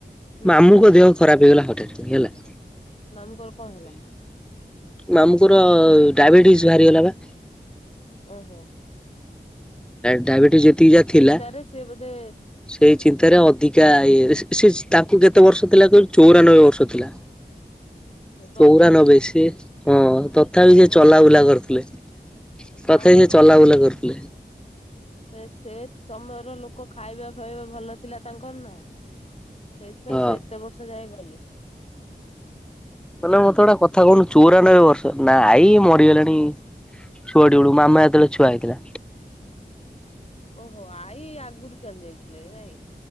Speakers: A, on the left; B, in the centre.
A: ହୁଁ
B: ମାମୁଁ କ ଦେଅ ଖରା ବିଗଲା ହୁଝଁ ହେିଲଲା
A: ମାମୁଙ୍କର କଣ ହେଲା?
B: ମାମୁଙ୍କର ଡାଇବେଟିସ ବାହାରିଗଲା ବା।
A: ଓ ହୋ।
B: ଡାଇବେଟିସ୍ ଯେତିକି ଯାହା ଥିଲା
A: ଚିନ୍ତାରେ ସେ ବୋଧେ
B: ସେଇ ଚିନ୍ତାରେ ଅଧିକା ଇଏରେ ତାଙ୍କୁ କେତେ ବର୍ଷ ଥିଲା କହିଲୁ ଚଉରାନବେ ବର୍ଷ ଥିଲା
A: ତୋ
B: ଚଉରାନବେ
A: ଅଜାଙ୍କୁ
B: ସି ହଁ ତ ତଥାପି ସିଏ
A: ହଁ
B: ଚଲାବୁଲା କରୁଥିଲେ। ପ୍ରଥମେ
A: ଯାହା ହଉ
B: ସେ ଚଲାବୁଲା କରୁ <inaudible>
A: ସେ ସେ ସମୟ ର ଲୋକ ଖାଇବା ଫାଇବା ଭଲ ଥିଲା ତାଙ୍କର ନା ସେଇଥିପାଇଁ
B: ହଁ।
A: ସେ ଏତେ ବର୍ଷ ଯାଏ ଗ <unintelligible>
B: ମାନେ ମତେ ଗୋଟେ କଥା କହୁନୁ ଚଉରାନବେ ବର୍ଷ ନା ଆଇ ମରିଗଲାଣି ଛୁଆ ମାମା ଯେତେବେଳେ ଛୁଆ ହେଇଥିଲା।
A: ଓହୋ ଆଈ ଆଗରୁ ଚାଲି ଯାଇଥିଲେ ନାଇଁ?